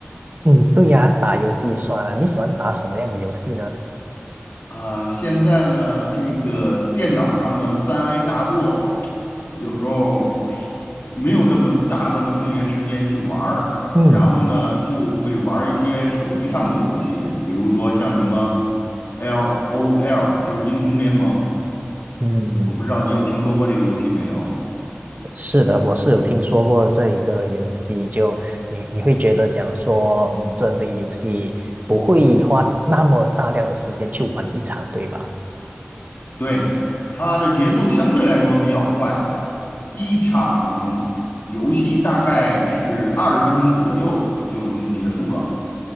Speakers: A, on the right; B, on the left.
A: 嗯，对呀，打游戏算了。你喜欢打什么样的游戏呢？
B: 啊，现在呢，这个电脑上的三 A 大作，有时候是没有那么大段的空闲时间去玩儿，
A: 嗯
B: 然后呢，就会玩儿一些手机上的游戏，比如说像什么 LOL，就是英雄联盟，
A: 嗯，
B: 我不知道你有听说过这个游戏没有？
A: 是的，我是有听说过这一个游戏，就你你会觉得讲说，嗯，这类游戏不会花那么大量的时间去玩一场，对吧？
B: 对，它的节奏相对来说比较快，一场游戏大概是二十分钟左右就能结束了。